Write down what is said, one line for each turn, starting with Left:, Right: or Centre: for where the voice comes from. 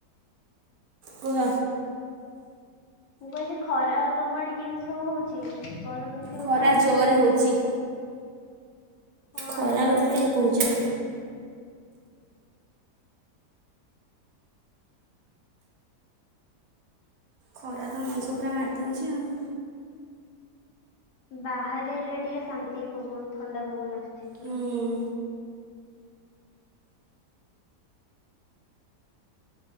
Right: କୁହ
Left: ମୁଁ କହିଲି ଖରା ତମ ଆଡ଼େ କେମିତି ସବୁ ହଉଛି? ଗରମ ବେଶୀ ହଉଛି
Right: ଖରା
Left: ନା ନାଇଁ?
Right: ଜୋରେ ହେଉଛି।
Left: ହଁ
Right: ଖରା
Left: ଆମ
Right: କଥା
Left: ଆଡେ
Right: କାହିଁ
Left: ବି
Right: କହୁଛ।
Left: ସେମିତି।
Right: ଖରା ତ ମଣିଷ ପୁରା ମାରିଦଉଛି ଆଉ।
Left: ବାହାରେ ହେଲେ ଟିକେ ଶାନ୍ତି ପବନ ଥଣ୍ଡା ପବନ ଆସୁଛି ପୁରା
Right: ହୁଁ